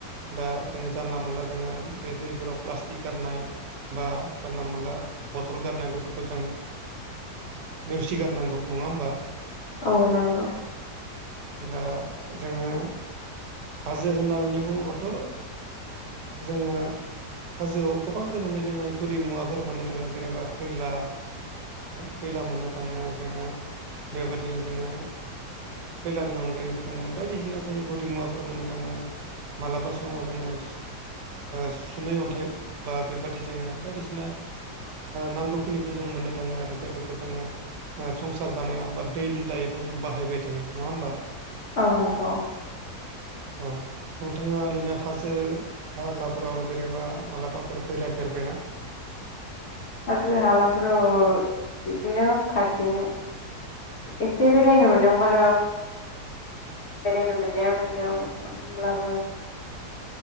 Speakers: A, on the right; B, on the left.
A: दा जोङो जानला मोनला जोङो बे दैफोराव प्लास्टिक गारनाय बा जानला मोनला बथल गारनाय बेफोरखौ खौ जों नेवसिगारनांगौ नङा होमबा?
B: औ नंगौ।
A: दा जोङो हाजो होननानै बुङोबाथ जोङो हाजोआव गोबां रोखोमनि जोङो गुदि मुवाफोर मोननो थाङो जेनेबा खैला खैला मोननो थाङो जोङो बेबादिनो जोङो खैलानि अनगायैबो जोङो बायदिसिना जों गुदि मुवाफोर मोननो थाङो मालाबा समाव जोङो सुनै अन्थाइ बा बेबादि जोङो बायदिसिना नांगौ खिनिखौ जों मोननो थाङो आरो जायफोरखौ जोङो संसार जानायाव बा डैलि लाइफआव जों बाहायबाय थायो नङा होमबा?
B: औ नंगौ।
A: औ नोंथाङा ओरैनो हाजो हालाफोराव जेनेबा मालाबाफोर बेरायफेरबायना?
B: हाजो हालाफोराव औ बिदिनो खाथिनि एसे बेरायनो मोनदोंबार बेरायनो मोननाया मोनदों होमब्लाबो